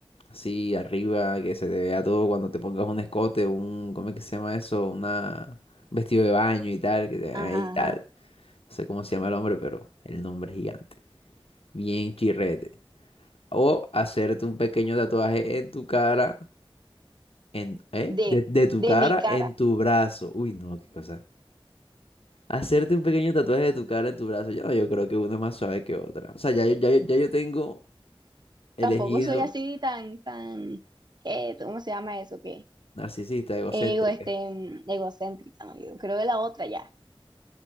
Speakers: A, on the left; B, on the right.
A: así arriba, que se te vea todo cuando te pongas un escote, un, ¿cómo es que se llama eso? Una un vestido de baño y tal, que te vean
B: Ajá,
A: ahí y tal.
B: ajá.
A: No sé cómo se llama el hombre, pero el nombre es gigante. Bien chirrete. O hacerte un pequeño tatuaje en tu cara, en, ¿eh?
B: De,
A: De, de tu
B: de
A: cara
B: mi cara.
A: en tu brazo. Uy, no, qué cosa. Hacerte un pequeño tatuaje de tu cara en tu brazo, yo, yo creo que una es más suave que otra. O sea, ya, yo- ya, yo- ya yo tengo elegido
B: Tampoco soy así tan, tan, ¿qué? ¿Cómo se llama eso? ¿Qué?
A: narcisista, egocéntrica.
B: ego, este, mm, egocéntrica, ¿no? Yo creo que la otra ya.